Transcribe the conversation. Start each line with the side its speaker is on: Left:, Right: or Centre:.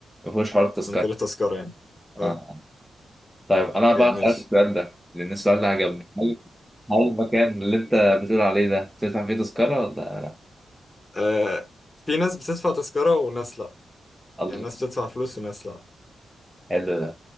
Centre: مفيهوش حوار التذكرة
Left: من غير تذكرة يعني اه
Centre: آه. طيب أنا
Left: اوكي
Centre: بقى هسألك
Left: ماشي
Centre: السؤال ده لأن السؤال ده عجبني هل هل المكان اللي أنت بتقول عليه ده تدفع فيه تذكرة ولا لا؟
Left: آه، في ناس بتدفع تذكرة وناس لأ
Centre: الله
Left: يعني ناس بتدفع فلوس وناس لأ
Centre: حلو ده